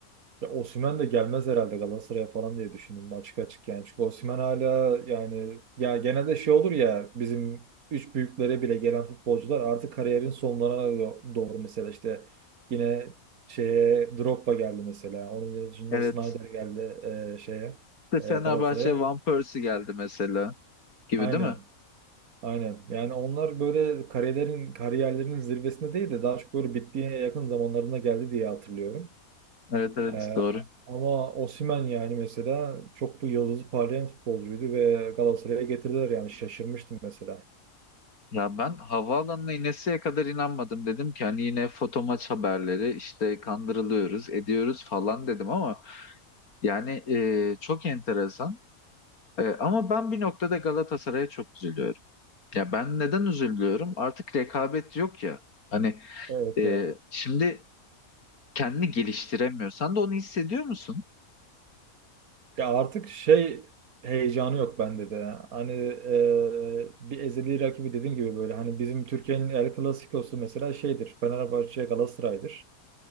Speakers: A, on the right; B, on the left.
A: Ya Osimhen de gelmez herhalde Galatasaray'a falan diye düşündüm açık açık yani. Çünkü Osimhen hala yani ya genelde şey olur ya bizim üç büyüklere bile gelen futbolcular artık kariyerin sonlarına do- doğru mesela işte yine şeye Drogba geldi mesela. Onun dışında
B: Evet.
A: Snyder geldi e, şeye
B: İşte
A: e,
B: Fenerbahçe
A: Galatasaray'a.
B: Van Persie geldi mesela gibi
A: Aynen.
B: değil mi?
A: Aynen. Yani onlar böyle kariyerlerin kariyerlerinin zirvesinde değil de daha çok böyle bitmeye yakın zamanlarına geldi diye hatırlıyorum.
B: Evet evet
A: Ee,
B: doğru.
A: ama Osimhen yani mesela çok da yıldızı parlayan futbolcuydu ve Galatasaray'a getirdiler yani şaşırmıştım mesela.
B: Ya ben havaalanına ineseye kadar inanmadım. Dedim ki hani yine foto maç haberleri işte kandırılıyoruz ediyoruz falan dedim ama yani e, çok enteresan. E, ama ben bir noktada Galatasaray'a çok üzülüyorum. Ya ben neden üzülüyorum? Artık rekabet yok ya. Hani
A: Evet
B: e,
A: ya.
B: şimdi kendini geliştiremiyor. Sen de onu hissediyor musun?
A: Ya artık şey heyecanı yok bende de. Hani e, bir ezeli rakibi dediğim gibi böyle hani bizim Türkiye'nin El Clasico'su mesela şeydir. Fenerbahçe Galatasaray'dır.